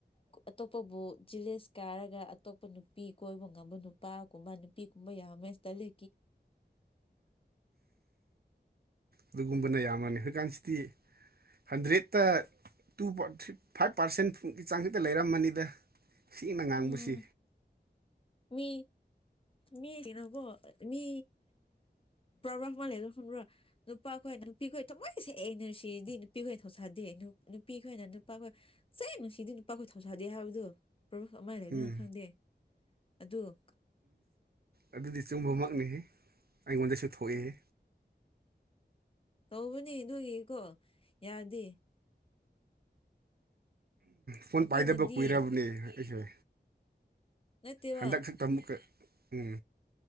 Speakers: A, on the left; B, on the right.
A: ꯑꯇꯣꯞꯄꯕꯨ ꯖꯤꯂꯦꯁ ꯀꯥꯔꯒ ꯑꯇꯣꯞꯄ ꯅꯨꯄꯤ ꯀꯣꯏꯕ ꯉꯝꯕ ꯅꯨ ꯅꯨꯄꯥꯒꯨꯝꯕ ꯅꯨꯄꯤꯒꯨꯝꯕ ꯌꯥꯝꯃꯦ ꯇꯂꯤ
B: ꯑꯗꯨꯒꯨꯝꯕꯅ ꯌꯥꯝ ꯑꯃꯅꯤꯅꯤ ꯍꯀꯥꯟꯁꯤꯗꯤ ꯍꯟꯗ꯭ꯔꯦꯠꯇ ꯇꯨ ꯐꯥꯏꯚ ꯄꯥꯔꯁꯦꯟ ꯐꯨꯝꯒꯤ ꯆꯥꯡꯁꯤꯠꯇ ꯂꯩꯔꯝꯃꯅꯤꯗ ꯁꯤꯅ ꯉꯥꯡꯕꯁꯤ
A: ꯎꯝ ꯃꯤ ꯃꯤ ꯀꯩꯅꯣꯀꯣ ꯃꯤ ꯄ꯭ꯔꯕ ꯃꯥꯜ ꯂꯩꯒ ꯁꯨꯡꯕ꯭ꯔ ꯅꯨꯄꯥ ꯈꯣꯏ ꯅꯨꯄꯤ ꯈꯣꯏ ꯇꯉꯥꯏꯁꯦ ꯑꯩꯅ ꯁꯤꯗꯤ ꯅꯨꯄꯤꯈꯣꯏꯅ ꯊꯧꯁꯥꯗꯦ ꯅꯨꯄꯤ ꯈꯣꯏꯅ ꯅꯨꯄꯥꯈꯣꯏ ꯁ ꯅꯨꯡꯁꯤꯗꯤ ꯅꯨꯨꯄꯥꯈꯣꯏ ꯊꯧꯁꯥꯗꯦ ꯍꯥꯏꯕꯗꯣ ꯄ꯭ꯔꯕꯨ ꯑꯃꯥꯏ ꯂꯩꯗꯅ
B: ꯎꯝ
A: ꯈꯪꯗꯦ ꯑꯗꯨꯣꯪ
B: ꯑꯗꯨꯗꯤ ꯆꯨꯝꯕꯃꯛꯅꯤꯍꯦ ꯑꯩꯉꯣꯟꯗꯁꯨ ꯊꯣꯛꯑꯦꯍꯦ
A: ꯇꯧꯕꯅꯦ ꯑꯗꯨꯒꯤꯀꯣ ꯌꯥꯗꯦ
B: ꯐꯣꯟ
A: ꯑꯩꯈꯣꯏꯅꯗꯤ
B: ꯄꯥꯏꯗꯕ ꯀꯨꯏꯔꯕꯅꯦ ꯑꯩꯁꯦ
A: ꯅꯠꯇꯦꯕ
B: ꯍꯟꯗꯛ ꯁꯠ ꯇꯝꯃꯨ ꯀ ꯎꯝ